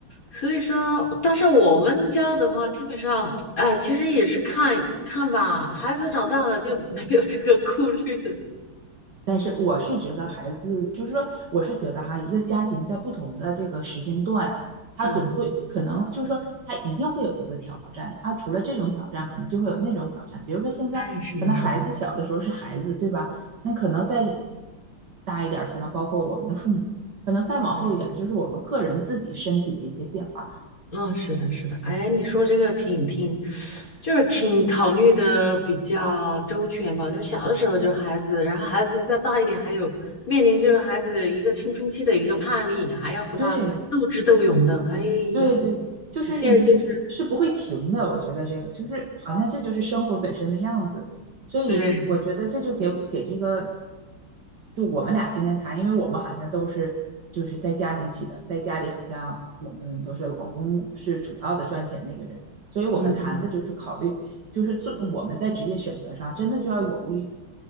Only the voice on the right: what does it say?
但是我是觉得孩子，就是说，我是觉得哈，一个家庭在不同的这个时间段，他总会可能就是说，
他一定会有一个挑战。他除了这种挑战，可能就会有那种挑战。比如说现在可能孩子小的时候是孩子，
对吧？那可能再大一点儿可能包括我们的父母，可能再往后一点儿就是我们个人自己身体的一些变化。
对，
对对对，就是你这是是不会停的，
我觉得这个就是好像这就是生活本身的样子，所以我觉得这就给给这个，
就我们俩今天谈，因为我们好像都是就是在家庭起的，在家里好像我们都是老公是主要的赚钱那个人，所以我们谈的就是考虑，
就是做我们在职业选择上真的就要有一，